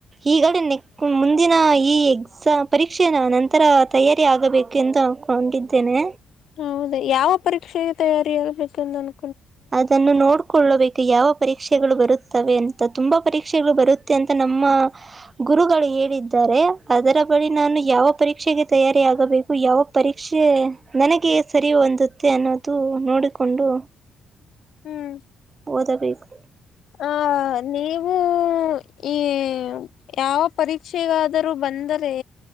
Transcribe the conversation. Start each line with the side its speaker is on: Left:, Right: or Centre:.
Right: ಈಗಡ ನೆಕ್ ಮುಂದಿನ ಈ ಎಕ್ಸಾಮ್ ಪರೀಕ್ಷೆನ ನಂತರ ತಯಾರಿ ಆಗಬೇಕು ಎಂದು ಅನ್ಕೊಂಡಿದ್ದೇನೆ.
Left: ಹೌದ ಯಾವ ಪರೀಕ್ಷೆಗೆ ತಯಾರಿ ಆಗ್ಬೇಕಂದನ್
Right: ಅದನ್ನು ನೋಡು - ಕೊಳ್ಳಬೇಕು ಯಾವ ಪರೀಕ್ಷೆಗಳು ಬರುತ್ತವೆ ಅಂತ ತುಂಬಾ ಪರೀಕ್ಷೆಗಳು ಬರುತ್ತೆ ಅಂತ ನಮ್ಮ ಗುರುಗಳು ಹೇಳಿದ್ದಾರೆ ಅದರ ಬಳಿ ನಾನು ಯಾವ ಪರೀಕ್ಷೆಗೆ. ತಯಾರಿ ಆಗಬೇಕು ಯಾವ ಪರೀಕ್ಷೆ. ನನಗೆ ಸರಿ ಹೊಂದುತ್ತೆ ಅನ್ನೋದು ನೋಡಿಕೊಂಡು
Left: ಹ್ಮ್
Right: ಓದಬೇಕು.
Left: ಅ ನೀವು. ಹ್ಮ್ಮ್ ಈ ಯಾವ ಪರೀಕ್ಷೆಗಾದರೂ ಬಂದರೆ.